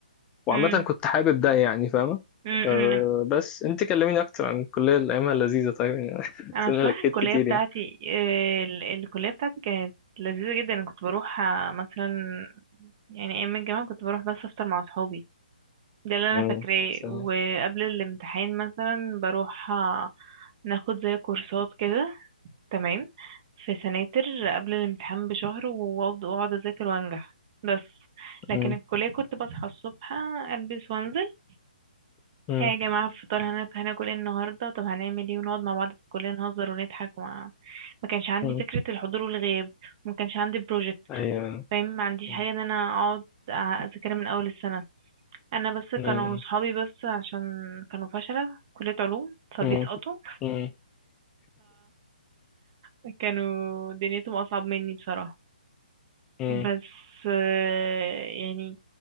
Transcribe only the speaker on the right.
امم
امم
انا
بصراحة
الكلية
بتاعتي
آه، ال- الكلية بتاعتي كانت لذيذة جدا انا كنت بروح آه، مثلا يعني ايام الجامعة كنت بروح بس افطر مع صحابي ده اللي انا
فاكراه
وقبل الامتحان مثلا بروح آه، ناخد زي كورسات كده تمام في سناتر قبل الامتحان بشهر وافضل واقعد اذاكر وانجح بس لكن
الكلية كنت بصحى الصبح البس وانزل
إيه يا جماعة فطار هن- هناكل ايه النهاردة طب هنعمل ايه ونقعد مع بعض في الكلية نهزر ونضحك وما ما كانش عندي
فكرة الحضور والغياب وما كانش عندي بروجكت
فاهم ما عنديش
حاجة ان انا اقعد أ- اذاكرها من اول السنة انا بس
كانوا صحابي بس عشان كانوا فشلة في كلية علوم فبيسقطوا
فكانوا دنيتهم اصعب مني بصراحة
بس آه، يعني